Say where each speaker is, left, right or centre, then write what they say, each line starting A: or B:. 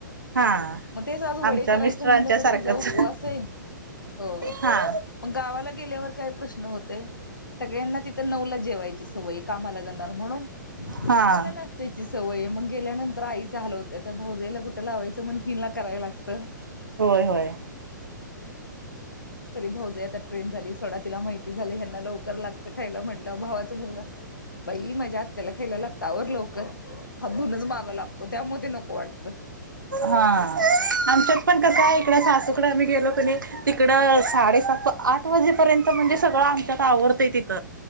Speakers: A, on the right; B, on the left.
A: हा
B: मग तेच आज वडे
A: आमच्या
B: करायचं
A: मिस्टरांच्या
B: म्हणलं तर
A: सारखंच
B: तिचा उपवास आहे अ.
A: हा
B: मग गावाला गेल्यावर काय प्रश्न होतय सगळ्यांना ति. तर नऊला जेवायची सवय कामाला जाणार म्हणून
A: हा
B: आम्हाला नाश्त्याची सवय मग गेल्यानंतर. आईच हाल होत्या त्या भाऊजईला कुठे लावायचंण हिनला कराय लागतं‌.
A: होय होय.
B: तरी भाऊज आता ट्रेन झाली सडा तिला माहिती झालं ह्याना लवकर लागत म्हटलं भावाचा मुलगा बाई ्या हत्याला खायला लागत आवर लवकर, हात धुऊन मागं लागतो त्यामध्ये नको वाटत.
A: हा. आमच्यात पण कसं आहे इकड सासूकडे आम्ही गेलो कणी तिकड साडेसात, आठ वाजेपर्यंत म्हणे सगळ आमच्या आवरत तिथ